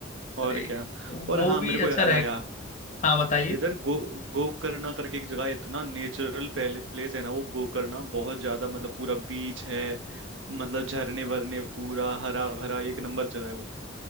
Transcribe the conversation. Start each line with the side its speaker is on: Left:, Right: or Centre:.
Right: और
Left: अरे
Right: क्या
Left: वो
Right: और हाँ
Left: भी
Right: मेरे
Left: अच्छा
Right: को याद
Left: रहे
Right: आया
Left: हाँ बताइए
Right: इधर गो गोकर्णा करके एक जगह है, इतना नेचुरल पहले प्लेस है ना वो गोकर्णा बहुत ज्यादा मतलब पूरा बीच है मतलब झरने वरने पूरा हरा भरा एक नंबर जगह है वो